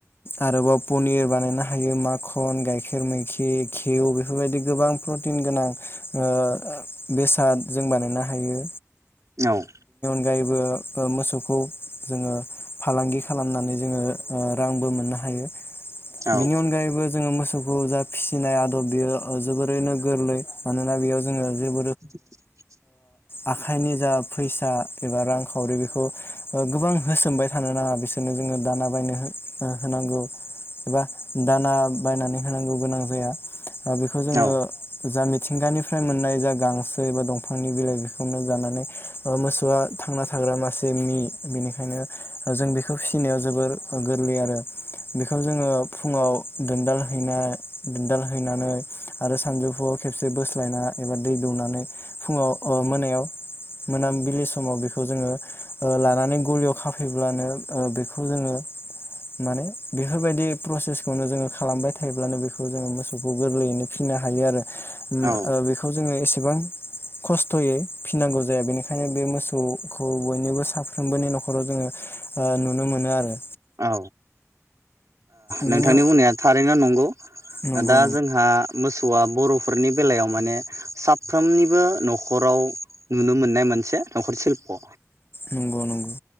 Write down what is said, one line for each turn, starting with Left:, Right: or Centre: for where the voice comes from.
Left: आरोबाव पनिर बानायनो हायो माखन गाइखेर मैखेर गिव बेफोरबायदि गोबां प्रटिन गोनां ओ। बेसाद जों बानायनो हायो।
Right: औ।
Left: अनगायबो मोसौखौ जोङो फालांगि खालामनानै जोङो। ओ रांबो मोननो हायो।
Right: औ
Left: बेनि अनगायैबो जोङो मोसो। मोसौखौ जा फिसिनाय आदब बेयो जोबोरैनो गोरलै मानोना बेयाव जोङो जे
Right: <unintelligible>
Left: आखाइनि जा फैसा एबा रांखावरि बेखौ गोबां होसोमबाय थानो नाङा बिसोरनो जोङो दाना बायनो होनांगौ एबा दाना बायनानै होनांगौ गोनां जाया। बेखौ जोङो
Right: औ
Left: जा मिथिंगानिफ्राय मोननाय जा गांसो। मोस एबा दंफांनि बिलाइ बेखौनो जानानै मोसौआ थांना थाग्रा मासे मि बेनिखायनो जों बेखौ फिसिनायाव जोबोर गोरलै आरो बेखौ जोङो फुङाव दोनदाल हैनाय दोनदाल हैनानै आरो सानजौफुआव खेबसे बोस्लायना एबा दै दौनानै। फुङाव मोनायाव मोनाबिलि समाव बेखौ जोङो लानानै गलियाव खाफैब्लानो बेखौ जोङो माने बेफोरबायदि प्रसेसखौनो जोङो खालामबाय थायोब्लानो बेखौ जोङो मोसौखौ गोरलैयैनो फिहिनो हायो आरो।
Right: औ
Left: बेखौ जोङो एसे बां खस्थ'यै फिनांगौ जाया बेनिखायनो बे मोसौखौ बयनिबो साफ्रोमबोनि न'खराव जोङो नुनो मोनो आरो।
Right: औ।
Left: बिनि
Right: नोंथांनि बुंनाया थारैनो नंगौ?
Left: नंगौ
Right: दा जोंहा मोसौ- गथ'आ बर'फोरनि बेलायाव माने साफ्रोमनिबो न'खराव नुनो मोननाय मोनसे। न'खर शिलप' ओ
Left: नंगौ नंगौ